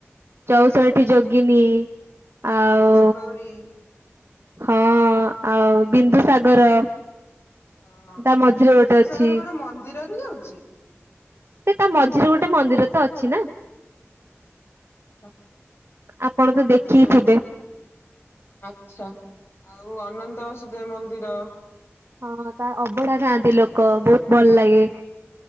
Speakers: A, on the right (about 60°); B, on the left (about 55°).
A: ଚଉଷଠି ଯୋଗିନୀ। ଆଉ
B: କେଦାର ଗୌରୀ।
A: ହଁ ଆଉ ବିନ୍ଦୁସାଗର
B: ହଁ
A: ତା ମଝିରେ ଗୋଟେ
B: ବିନ୍ଦୁସାଗର
A: ଅଛି।
B: କଣ ମନ୍ଦିରରେ ଯାଉଚି।
A: ସେ ତା ମଝିରେ ଗୋଟେ ମନ୍ଦିର ତ ଅଛି ନା।
B: ଅ
A: ଆପଣ ତ ଦେଖିଥିବେ
B: ଆଉ। ଆଚ୍ଛା ଆଉ ଅନନ୍ତ ବାସୁଦେବ ମନ୍ଦିର।
A: ହଁ ତା ଅବଢା ଖାଆନ୍ତି ଲୋକ ବହୁତ୍ ଭଲ ଲାଗେ।